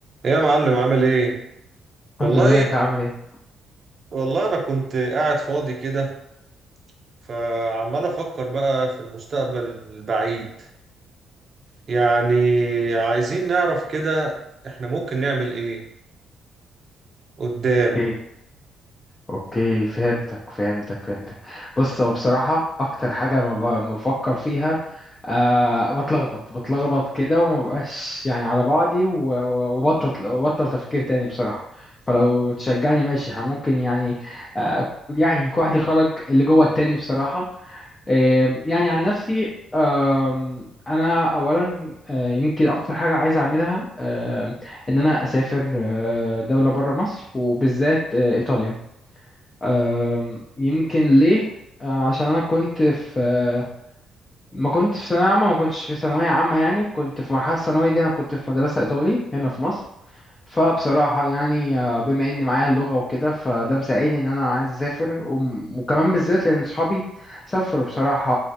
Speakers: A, on the right; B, on the left.
A: ايه يا معلم عامل ايه والله
B: الحمد لله انت عامل ايه
A: والله انا كنت قاعد فاضي كده فعمال افكر بقى في المستقبل البعيد يعني عايزين نعرف كده احنا ممكن نعمل ايه قدام
B: اوكي اوكي فهمتك فهمتك فهمتك بص هو بصراحة اكتر حاجة ما ب- ما بفكر فيها أه بتلخبط بتلخبط كده وما بقاش يعني على بعضي و- و- وبطل وبطل تفكير تاني بصراحة فلو تشجعني ماشي ها، ممكن يعني أه يعني كل واحد يخرج اللي جوه التاني بصراحة آم، يعني عن نفسي آم، انا اولا آه، يمكن اكتر حاجه عايز اعملها آم، ان انا اسافر آه، دوله بره مصر وبالذات آه، ايطاليا آم، يمكن ليه آه، عشان انا كنت في آه، ما كنت في ثانويه عامه ما كنتش في ثانويه عامه يعني كنت في مرحله الثانويه دي انا كنت في مدرسه ايطالي هنا في مصر فبصراحة يعني آه، بما إن معايا اللغة وكده فده مساعدني إن أنا عايز أسافر وم- وكمان بالذات لأن صحابي سافروا بصراحة